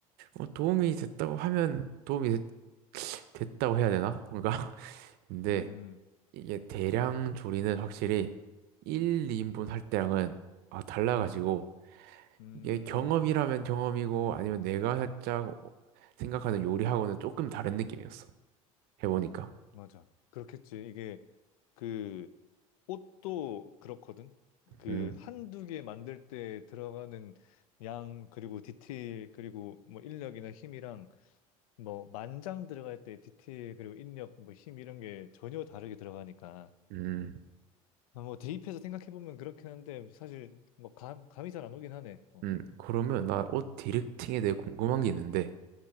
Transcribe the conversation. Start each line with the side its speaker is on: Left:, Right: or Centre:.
Right: 어, 도움이 됐다고 하면 도움이 됐, 됐다고 해야 되나? 뭔가 <laughs> 근데
Left: 음,
Right: 이게 대량 조리는 확실히 1, 2인분 할 때랑은 아 달라가지고
Left: 음, 음,
Right: 이게 경험이라면 경험이고 아니면 내가 살짝 생각하는 요리하고는 조금 다른 느낌이었어. 해보니까.
Left: 맞아. 그렇겠지. 이게 그 옷도 그렇거든. 그
Right: 음,
Left: 한두 개 만들 때 들어가는 양 그리고 디테일 그리고 뭐 인력이나 힘이랑 뭐 만장 들어갈 때 디테일 그리고 인력 뭐 힘 이런 게 전혀 다르게 들어가니까
Right: 음,
Left: 아, 뭐 대입해서 생각해 보면 그렇긴 한데 사실 뭐 감, 감이 잘 안 오긴 하네. 어.
Right: 음. 그러면 나 옷 디렉팅에 대해
Left: 음.
Right: 궁금한 게 있는데